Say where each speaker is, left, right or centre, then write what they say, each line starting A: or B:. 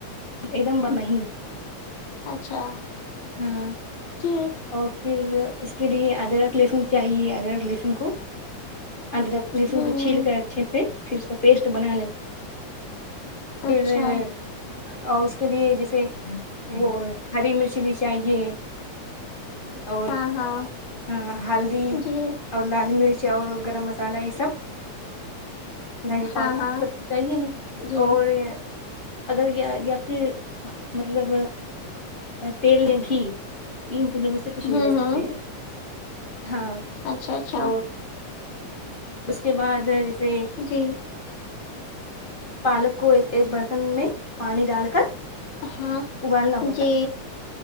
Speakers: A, on the left; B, on the left.
A: ایک دم مہین
B: اچھا
A: ہاں
B: جی
A: اور پھر اس کے لیے ادرک لہسن چاہیے ادرک لہسن کو ادرک لہسن
B: ہوں
A: کو
B: ہوں
A: چھیل کر اچھے سے پھر اس کا پیسٹ بنا لیں
B: اچھا
A: پھر اور اس کے لیے جیسے وہ ہری مرچی بھی چاہیے اور
B: ہاں ہاں
A: ہاں ہلدی
B: جی
A: اور لال مرچ اور گرم مسالہ یہ سب دھنیا پاؤڈر
B: ہاں ہاں
A: سب تو چاہیے ہی
B: جی
A: اور اگر یا یا پھر مطلب تیل یا گھی ان تینوں میں سے کچھ
B: ہوں
A: بھی لے
B: ہوں
A: سکتے ہیں ہاں
B: اچھا اچھا
A: اور اس کے بعد ہےجیسے
B: جی
A: پالک کو ایک برتن میں پانی ڈال کر
B: ہاں
A: ابالنا ہوتا
B: جی
A: ہے